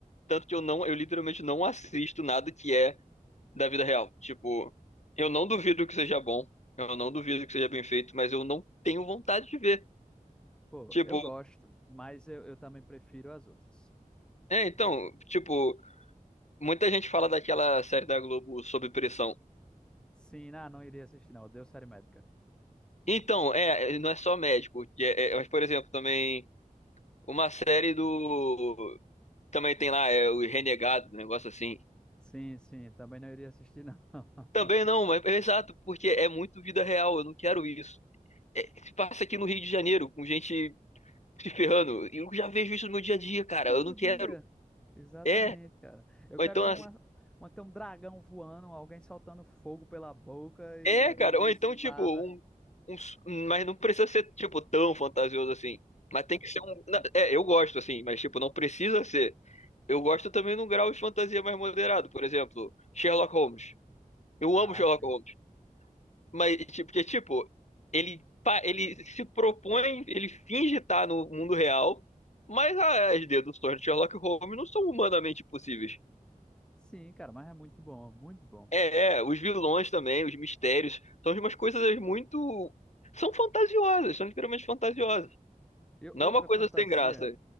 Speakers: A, on the left; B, in the centre.
A: Tanto que eu não, eu literalmente não assisto nada que é da vida real. Tipo, eu não duvido que seja bom, eu não duvido que seja bem feito, mas eu não tenho vontade de ver.
B: Pô,
A: Tipo,
B: eu gosto, mas eu, eu também prefiro as outras.
A: é, então, tipo, muita gente fala daquela série da Globo Sob Pressão.
B: Sim, não, não iria assistir, não. Odeio série médica.
A: Então, é, não é só médico, que é, é- mas, por exemplo, também uma série do. Também tem lá, é o Renegado, um negócio assim.
B: Sim, sim, também não iria assistir, não. <laughs>
A: Também não, mas é exato, porque é muito vida real, eu não quero isso. É, se passa aqui no Rio de Janeiro, com gente se ferrando, eu já vejo isso no meu dia a dia, cara,
B: Todo
A: eu não
B: dia.
A: quero.
B: Exatamente,
A: É,
B: cara. Eu
A: Ou
B: quero
A: então,
B: ver
A: assim,
B: uma, uma, ter um dragão voando, alguém soltando fogo pela boca e,
A: é, cara, ou
B: e- e espada.
A: então, tipo, um, um s- mas não precisa ser, tipo, tão fantasioso assim. Mas tem que ser um. na- É, eu gosto, assim, mas, tipo, não precisa ser. Eu gosto também num grau de fantasia mais moderado. Por exemplo, Sherlock Holmes. Eu
B: Ah,
A: amo Sherlock
B: sim.
A: Holmes. Mas, tipo, porque, tipo, ele, pa- ele se propõe, ele finge estar no mundo real, mas ah, é, as deduções de Sherlock Holmes não são humanamente possíveis.
B: Sim, cara, mas é muito bom, muito bom, pô.
A: É, é, os vilões também, os mistérios, são umas coisas muito. São fantasiosas, são literalmente fantasiosas.
B: Eu,
A: Não
B: outra
A: é uma coisa
B: fantasia.
A: sem graça.